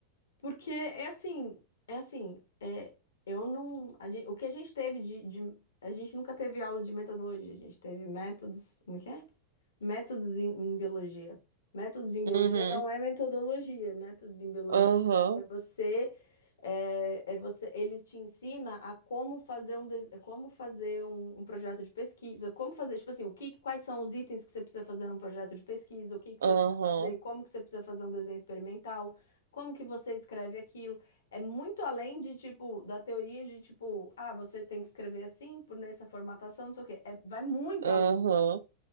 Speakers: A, on the left; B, on the right.
A: Porque é assim, é assim, é, eu não, a gente, o que a gente teve de, de- a gente nunca teve aula de metodologia, a gente teve métodos, como é que é? Métodos em, em biologia. Métodos em biologia
B: Uhum.
A: não é metodologia, métodos em biologia
B: Aham,
A: é você, é, é você, ele te ensina a como fazer um, des- como fazer um, um projeto de pesquisa, como fazer, tipo assim, o que, quais são os itens que você precisa fazer num projeto de pesquisa, o que que
B: aham,
A: você precisa fazer, como que você precisa fazer um desenho experimental, como que você escreve aquilo. É muito além de, tipo, da teoria de, tipo, ah, você tem que escrever assim, por nessa formatação, não sei o quê. É, vai muito
B: aham.
A: além.